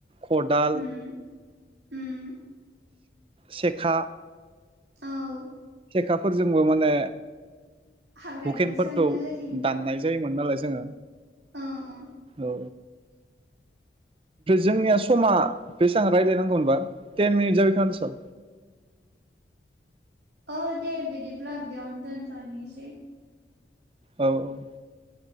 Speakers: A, on the right; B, on the right.
A: खदाल
B: उम उम
A: सेखा
B: औ
A: सेेखाफोरजोंबो माने
B: हाग्रा
A: हुकेनफोरखौ
B: दानस्रांनो ओरिनो
A: दाननाय
B: औ
A: जायोमोन नालाय जोङो
B: औ औ
A: औ जोंनिया समा बेसेबां रायलायनांगौ होमबा थेन मिनिट जायोखोमा दिसय
B: औ दे बिदिब्ला बेयावनो दोनथ'निसै
A: औ औ